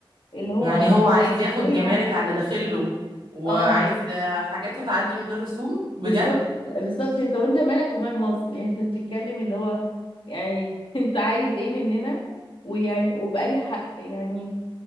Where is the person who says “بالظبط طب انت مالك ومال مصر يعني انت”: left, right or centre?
Left